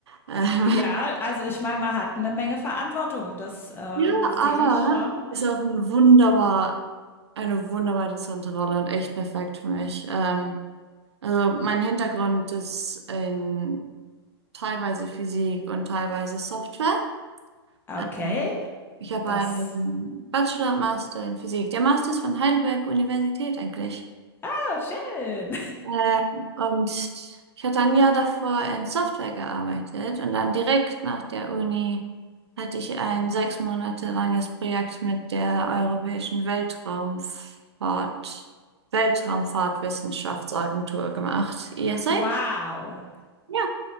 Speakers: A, on the right; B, on the left.
A: Ähm,
B: Ja, also ich meine, man hat eine Menge Verantwortung, das
A: <laughs>
B: äh,
A: ja,
B: sehe
A: aber
B: ich schon.
A: ist auch ein wunderbar, eine wunderbar interessante Rolle und echt perfekt für mich. Ähm, also mein Hintergrund ist in teilweise Physik und teilweise Software.
B: Okay,
A: Ähm, ich habe
B: das.
A: einen Bachelor und Master in Physik. Der Master ist von Heidelberg Universität eigentlich.
B: Oh, schön.
A: Ähm, und ich hatte ein Jahr davor in Software gearbeitet und dann direkt nach der Uni hatte ich ein sechs Monate langes Projekt mit der Europäischen Weltraumfahrt, Weltraumfahrtwissenschaftsagentur gemacht, ESA.
B: Wow.
A: Ja,